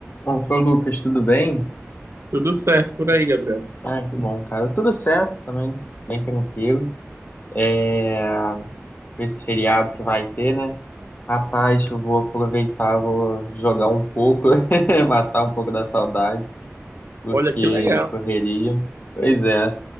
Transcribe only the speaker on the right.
Tudo certo por aí, Gabriel.
Olha que legal.